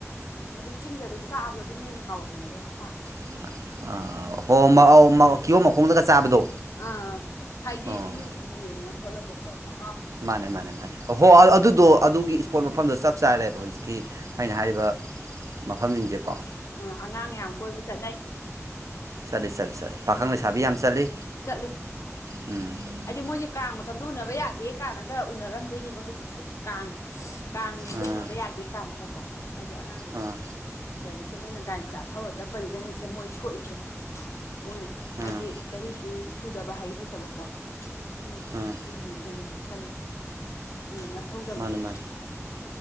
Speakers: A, on the left (about 65°); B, on the right (about 75°).
A: ꯎꯝ ꯑꯗꯨ ꯆꯤꯡꯗ ꯑꯗꯨꯝ ꯆꯥꯕꯗꯣ ꯑꯗꯨꯅ ꯍꯦꯟꯅ ꯍꯥꯎꯔꯝꯒꯗꯕ ꯃꯥꯜꯂꯦ
B: <unintelligible> ꯑ ꯍꯣꯝ ꯑꯧ ꯃ ꯀꯤꯍꯣꯝ ꯃꯈꯣꯡꯗꯒ ꯆꯥꯕꯗꯣ
A: ꯑꯥ ꯍꯥꯏꯗꯤ
B: ꯑꯣ
A: ꯚ꯭ꯌꯨ ꯌꯦꯡꯉ ꯈꯣꯠꯂꯒꯀꯣ ꯃ
B: ꯃꯥꯅꯦ ꯃꯥꯅꯦ ꯃꯥꯅꯦ ꯍꯣ ꯑꯗꯨꯗꯣ ꯑꯗꯨꯒꯤ ꯏꯁꯄꯣꯠ ꯃꯐꯝꯗꯣ ꯆꯞ ꯆꯥꯔꯦꯕ ꯍꯧꯖꯤꯛ ꯀꯤ
A: ꯎꯝ
B: ꯑꯩꯅ ꯍꯥꯏꯔꯤꯕ ꯃꯐꯝꯖꯤꯡꯖꯦꯀꯣ
A: ꯑ ꯑꯉꯥꯡ ꯌꯥꯝ ꯀꯣꯏꯕ ꯆꯠꯅꯩ
B: ꯆꯠꯂꯤ ꯆꯠꯂꯤ ꯆꯠꯂꯤ ꯄꯥꯈꯪ ꯂꯩꯁꯥꯕꯤ ꯌꯥꯝ ꯆꯠꯂꯤ
A: ꯆꯠꯂꯤ
B: ꯎꯝ
A: ꯍꯥꯏꯗꯤ ꯃꯣꯏꯖꯦ ꯀꯥꯡ ꯃꯇꯝꯗꯣ ꯎꯅꯕ ꯌꯥꯗꯦ ꯀꯥꯅꯒ ꯎꯅꯔꯝꯗꯣꯏꯅꯦꯕ ꯍꯧꯖꯤꯛꯁꯦ ꯀꯥꯡ ꯁꯁ ꯀꯥꯡ ꯅꯨꯃꯤꯠꯇ
B: ꯑꯥ
A: ꯎꯅꯕ ꯌꯥꯗꯦ ꯀꯥꯅꯒ ꯀꯣ ꯍꯥꯏꯗꯤ ꯑꯉꯥꯡꯒꯩꯖꯦ
B: ꯑꯥ
A: ꯗꯅꯤꯁꯦ ꯃꯣꯏꯅ ꯒꯥꯔꯤꯝꯆꯥ ꯊꯧꯔ ꯆꯠꯄꯖꯤꯗꯅꯤꯁꯦ ꯃꯣꯏ ꯁꯣꯛꯏꯖꯦ ꯃꯣꯏ ꯍꯥꯏꯗꯤ
B: ꯑꯥ
A: ꯆꯍꯤ ꯁꯨ ꯁꯨꯗꯕ ꯍꯩ ꯍꯩꯇꯕꯀꯣ ꯨꯎꯝ
B: ꯑꯥ
A: ꯁꯨꯝꯕꯖꯤꯗꯅꯦ ꯁꯣꯛꯀꯜꯂꯤꯖꯦ ꯌꯦꯡꯉ ꯊꯧꯗꯕꯖꯦ
B: ꯃꯥꯅꯦ ꯃꯥꯅꯦ